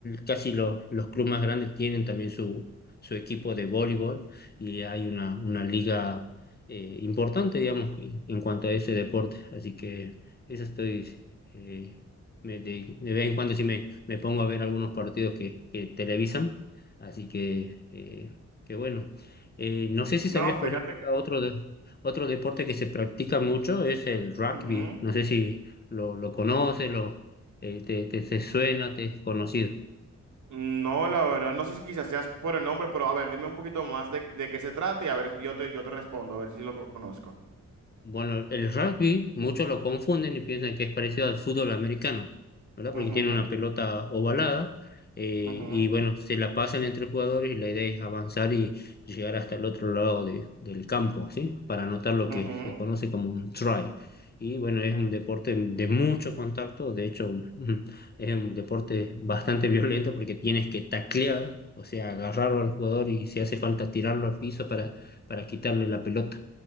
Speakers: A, on the left; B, on the right.
A: casi los, los clubes más grandes tienen también su, su equipo de voleibol y hay una, una liga eh, importante, digamos, en cuanto a ese deporte. Así que eso estoy... eh, me- de, de vez en cuando sí me, me pongo a ver algunos partidos que, que televisan, así que, eh, que bueno, eh, no sé si
B: No,
A: sabías,
B: fíjate
A: por ejemplo, acá
B: que.
A: otro, de- otro deporte que se practica mucho es el rugby.
B: ujú.
A: No sé si lo, lo conoces, lo, eh, te, te- te suena, te es conocido.
B: No, la verdad, no sé si quizás seas por el nombre, pero a ver, dime un poquito más de, de qué se trata y a ver, yo te, yo te respondo, a ver si lo conozco.
A: Bueno, el rugby muchos lo confunden y piensan que es parecido al fútbol americano, ¿verdad? Porque
B: Ujú,
A: tiene una pelota ovalada eh,
B: ujú,
A: y bueno, se la pasan entre jugadores y la idea es avanzar y llegar hasta el otro lado de- del campo, ¿sí? Para anotar lo
B: ujú.
A: que se conoce como un try. Y bueno, es un deporte de mucho contacto, de hecho <laughs> es un deporte bastante <laughs> violento porque tienes que taclear, o sea, agarrarlo al jugador y si hace falta tirarlo al piso para, para quitarle la pelota.